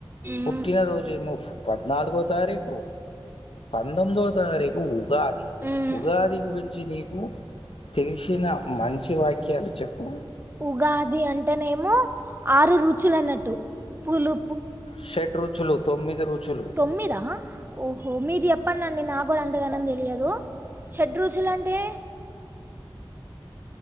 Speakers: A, on the left; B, on the right.
A: పుట్టినరోజేమో
B: మ్,
A: పద్నాలుగో తారీఖు పంతొమ్మిదో తారీఖు ఉగాది
B: మ్,
A: ఉగాది గురించి నీక్ హూ తెలిశిన మంచి వాక్యాలు చెప్పు
B: ఉగాది అంటేనేమో ఆరు రుచులు అన్నట్టు పులు
A: షేడ్ రుచులు తొమ్మిది రుచులు
B: తొమ్మిదా ఓహో మీర్ చెప్పండండి నాకు కూడా అంతగానం తెలియదు దు షేడ్ రుచులంటే